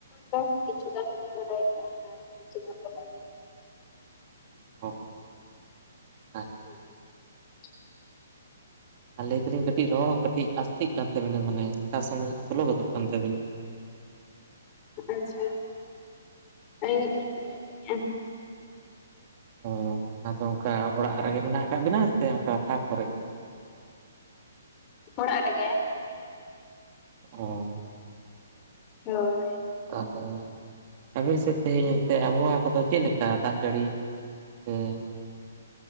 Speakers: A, on the left (about 30°); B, on the right (about 40°).
A: ᱫᱚ ᱠᱤᱪᱷᱩ ᱜᱟᱱ ᱫᱚᱞᱤᱧ ᱵᱟᱰᱟᱭ ᱠᱟᱜ-ᱟ ᱟᱨ ᱠᱤᱪᱷᱩ ᱜᱟᱱ ᱫᱚ ᱵᱟᱝ ᱾
B: ᱚ ᱟᱪᱪᱷᱟ ᱾
A: <unintelligible>
B: ᱟᱨ ᱞᱟᱹᱭ ᱫᱟᱞᱤᱧ ᱠᱟᱹᱴᱤᱡ ᱨᱚᱲ ᱠᱟᱹᱴᱤᱡ ᱟᱥᱛᱮᱜ ᱠᱟᱱ ᱛᱟᱹᱵᱤᱱᱟ ᱢᱟᱱᱮ ᱠᱷᱟᱥ ᱥᱚᱢᱚᱭ ᱥᱳᱞᱳ ᱜᱚᱫᱚᱜ ᱠᱟᱱ ᱛᱟᱹᱵᱤᱱᱟ ᱾
A: ᱟᱪᱪᱷᱟ ᱟᱹᱞᱤᱧ ᱫᱚ ᱴᱷᱤᱠ ᱜᱮᱞᱤᱧ ᱟᱸᱡᱚᱢᱮᱜᱼᱟ ᱾
B: ᱚ ᱟᱫᱚ ᱚᱱᱠᱟ ᱚᱲᱟᱜ ᱨᱮᱜᱮ ᱢᱮᱱᱟᱜ ᱟᱠᱟᱫ ᱵᱤᱱᱟ ᱥᱮ ᱚᱱᱠᱟ ᱯᱷᱟᱠ ᱠᱚᱨᱮ ᱜᱮ
A: ᱚᱲᱟᱜ ᱨᱮᱜᱮ ᱾
B: ᱚ ᱼᱼ
A: <unintelligible>
B: ᱛᱟᱞᱦᱮ? ᱟᱵᱮᱱ ᱥᱮᱫ ᱛᱮᱦᱮᱧ ᱮᱱᱛᱮ ᱟᱵᱚᱦᱟᱣᱟ ᱠᱚᱫᱚ ᱪᱮᱫ ᱞᱮᱠᱟ ᱫᱟᱜ ᱡᱟᱹᱲᱤ ᱥᱮ ᱼᱼ